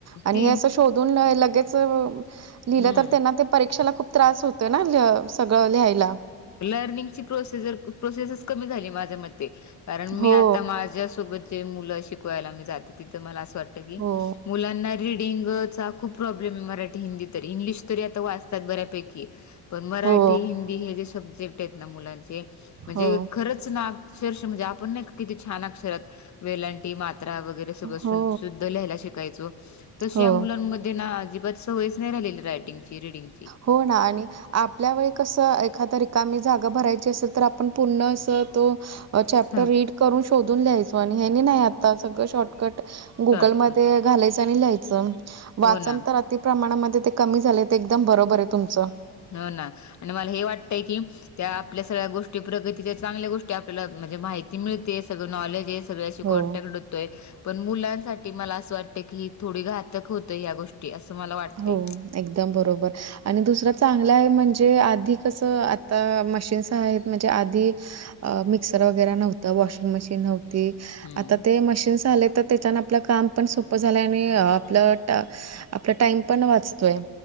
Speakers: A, on the right (about 40°); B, on the left (about 40°).
A: आणि
B: ती
A: हे अस शोधून लगेच लिहिलं
B: हम्म
A: तर त्यांना ते परीक्षेला खूप त्रास होतोय ना ल सगळं लिहायला.
B: लर्निंगची प्रोसेसर प्रोसेसस कमी झाली माझ्या मते ते कारण मी
A: हो
B: आता माझ्यासोबत जे मुलं शिक कवायला मो जाते तिथ मला अस वाटत की
A: हो
B: मुलांना रीडिंग चा खूप प्रॉब्लेम आहे मराठी हिंदी तरी इंग्लिश तरी आता वाचतात बऱ्यापैकी पण मराठी
A: हो
B: हिंदी हे जे सब्जेक्ट आहेत ना मुलांचे म्हणजे
A: हो
B: खरंच ना अक्षरशः म्हणजे आपण नाही का किती छान अक्षरात वेलंटी मात्रा वगैरे जस बसून
A: हो
B: शुद्ध लिहायला शिकायचो तशी
A: हो
B: या मुलांमध्ये ते ना अजिबातच सवयच नाही राहिल ले रायटिंग ची रीडिंग ची
A: हो ना आणि आपल्या वेळी कसं एखादा रिकामी जागा भरायची असेल तर आपण पूर्ण असं तो चॅप्टर
B: हा
A: रीड करून शोधून लिहायचो आणि हेनी नाही आता सगळं शॉर्टकट गुगलमध्ये
B: शॉर्टकट
A: घालायचं आणि लिहायचं वाचन
B: हो ना
A: तर अति प्रमाणामध्ये ते कमी झालय ते एकदम बरोबर आहे तुमचं
B: हो ना आणि मला हे वाटतय की त्या आपल्या सगळ्या गोष्टी प्रगतीच्या चांगल्या गोष्टी ते आपल्याला म्हणजे माहिती मिळते सगळं नॉलेज आहे सगळ्याशी
A: हो
B: कॉन्टॅक्ट पण मुलांसाठी मला असं वाटत की ही थोडी घातक होत ह गोष्टी असं मला वाटतं
A: हो एकदम बरोबर आणि दुसरं चांगलं आहे म्हणजे आधी कसं आता मशीन्स आहेत म्हणजे आधी मिक्सर वगैरे नव्हतं वॉशिंग मशीन नव्हती
B: हम्म, हम्म.
A: आता ते मशीन्स आले तर त्याच्यान आपलं काम पण सोपं झालंय आणि आपलं आपला टाइम पण वाचतोय